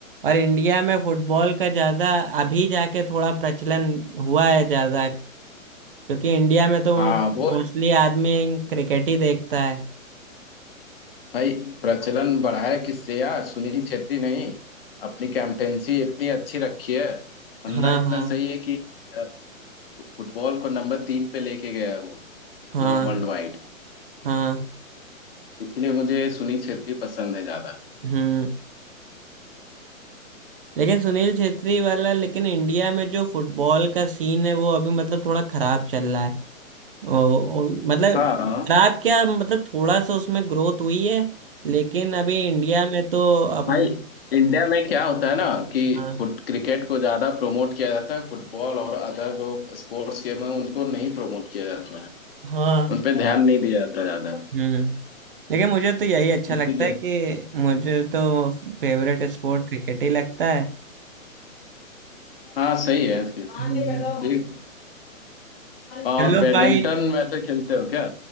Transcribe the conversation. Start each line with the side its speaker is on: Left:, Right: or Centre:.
Right: और इंडिया में फुटबॉल का ज़्यादा अभी जाके थोड़ा प्रचलन हुआ है ज़्यादा क्योंकि इंडिया में तो
Left: हाँ
Right: मोस्टली
Left: वो
Right: आदमी क्रिकेट ही देखता है
Left: भाई प्रचलन बढ़ा है किससे यार सुनील छेत्री नहीं अपनी कैप्टेंसी इतनी अच्छी रखी है बंदा
Right: हाँ
Left: इतना
Right: हाँ
Left: सही है कि यार, फुटबॉल को नंबर तीन पे लेके गया है वो
Right: हाँ
Left: पूरा वर्ल्ड वाइड
Right: हाँ
Left: इसलिए मुझे सुनील छेत्री पसंद है ज्यादा
Right: हम्म लेकिन सुनील छेत्री वाला लेकिन इंडिया में जो फुटबॉल का सीन है वो अभी मतलब थोड़ा खराब चल रहा है ओ, ओ, मतलब
Left: हाँ
Right: खराब क्या मतलब थोड़ा सा उसमें ग्रोथ हुई है लेकिन अभी इंडिया में तो अब
Left: भाई इंडिया में क्या होता है ना कि
Right: हाँ
Left: फुट क्रिकेट को ज्यादा प्रमोट किया जाता है फुटबॉल और अदर जो स्पोर्ट्स गेम है उनको नहीं प्रमोट किया जाता है
Right: हाँ
Left: उन पे ध्यान नहीं दिया जाता ज्यादा
Right: हम्म लेकिन मुझे तो यही अच्छा लगता
Left: इसीलिए
Right: है कि मुझे तो फेवरेट स्पोर्ट क्रिकेट ही लगता है
Left: हाँ सही है फिर
Right: हम्म
Left: ठीक और
Right: चलो
Left: बैडमिंटन
Right: भाई
Left: वैसे खेलते हो क्या